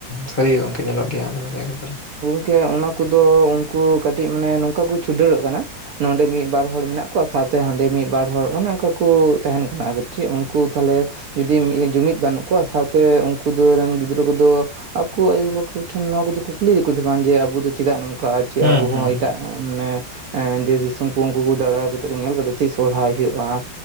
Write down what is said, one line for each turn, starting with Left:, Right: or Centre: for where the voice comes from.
Left: ᱥᱟᱹᱨᱤ ᱜᱮ ᱜᱚᱢᱠᱮ ᱧᱮᱞᱚᱜ ᱜᱮᱭᱟ ᱟᱢᱟ ᱡᱟᱭᱜᱟ ᱠᱚᱨᱮ᱿
Right: ᱠᱮ ᱚᱱᱟ ᱠᱚᱫᱚ ᱩᱱᱠᱩ ᱠᱟᱹᱴᱤᱡ ᱢᱟᱱᱮ ᱱᱚᱝᱠᱟ ᱠᱚ ᱪᱷᱩᱰᱟᱹᱨᱚᱜ ᱠᱟᱱᱟ ᱱᱚᱰᱮ ᱢᱤᱫ ᱵᱟᱨ ᱦᱚᱲ ᱢᱮᱱᱟᱜ ᱠᱚᱣᱟ ᱥᱟᱶᱛᱮ ᱦᱟᱸᱰᱮ ᱢᱤᱫᱵᱟᱨ ᱦᱚᱲ ᱚᱱᱮ ᱚᱱᱠᱟ ᱠᱚ ᱛᱟᱦᱮᱱ ᱠᱟᱱᱟ ᱟᱨ ᱪᱮᱫ ᱩᱱᱠᱩ ᱛᱟᱦᱞᱮ ᱡᱩᱫᱤ ᱡᱩᱢᱤᱫ ᱵᱟᱹᱱᱩᱜ ᱠᱚᱣᱟ ᱥᱟᱶᱛᱮ ᱩᱱᱠᱩ ᱫᱚ ᱨᱮᱱ ᱜᱤᱫᱽᱨᱟᱹ ᱠᱚᱫᱚ᱿ ᱟᱠᱚ ᱟᱭᱳᱵᱟᱵᱟ ᱠᱚᱴᱷᱮᱱ ᱱᱚᱣᱟ ᱠᱚᱫᱚ ᱠᱚ ᱠᱩᱞᱤᱭᱮᱫᱠᱚᱵᱚᱱ ᱡᱮ ᱟᱵᱚ ᱫᱚ ᱪᱮᱫᱟᱜ ᱱᱚᱝᱠᱟ ᱪᱮ
Left: ᱦᱩᱸ
Right: ᱟᱵᱚ ᱦᱚᱸ
Left: ᱦᱩᱸ
Right: ᱮᱴᱟᱜ
Left: ᱦᱩᱸ
Right: ᱢᱟᱱᱮ ᱮ ᱫᱮᱥ ᱫᱤᱥᱚᱢ ᱠᱚ ᱩᱱᱠᱩ ᱠᱚ ᱫᱟᱬᱟ ᱠᱟᱛᱮᱫ ᱠᱚ ᱧᱮᱞ ᱠᱟᱫᱟ ᱪᱮᱫ ᱥᱚᱨᱦᱟᱭ ᱦᱩᱭᱩᱜᱼᱟ᱿